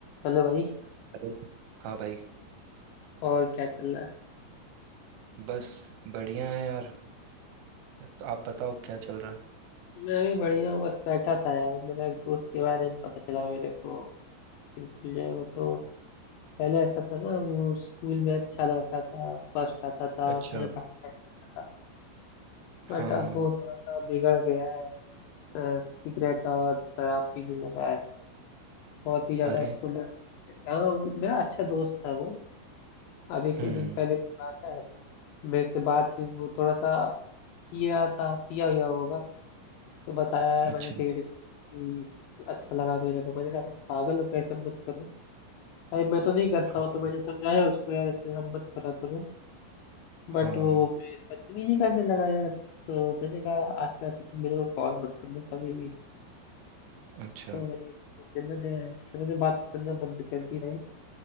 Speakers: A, on the left (about 80°); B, on the right (about 80°).
A: Hello भाई
B: Hello हाँ भाई
A: और क्या चल रहा है
B: बस बढ़िया है यार तो आप बताओ क्या चल रहा है
A: मैं भी बढ़िया हूँ बस बैठा था यार मेरा एक दोस्त के बारे में पता चला मेरे को बिल्कुल जो है वो तो पहले ऐसा था ना वो स्कूल में अच्छा लड़का था फर्स्ट आता था
B: अच्छा
A: अपने यहाँ पढ़ाई लिखाई करता था बट
B: हाँ
A: अब
B: हाँ
A: वो थोड़ा सा बिगड़ गया है अ, सिगरेट और शराब पीने लगा है बहुत ही ज्यादा
B: अरे
A: उसको लत लग गया हाँ मेरा अच्छा दोस्त था वो अभी कुछ
B: हम्म
A: दिन
B: हम्म,
A: पहले की बात है मेरे से बात हुई वो थोड़ा सा पिया था पिया हुआ होगा तो बताया यार
B: अच्छा
A: मैंने सिगरेट पी थी अच्छा लगा मेरे को मैंने कहा पागल हो गए सब मत करो भाई मैं तो नहीं करता
B: हाँ
A: हूँ तो मैंने समझाया उसको यार अच्छे सब मत करा करो
B: हाँ
A: बट वो फिर बदतमीजी करने लगा यार तो मैंने कहा आजकल से तुम मेरे को कॉल मत करना कभी भी
B: अच्छा
A: तो भाई फिर मैंने फिर मैंने बात करना बंद कर दी भाई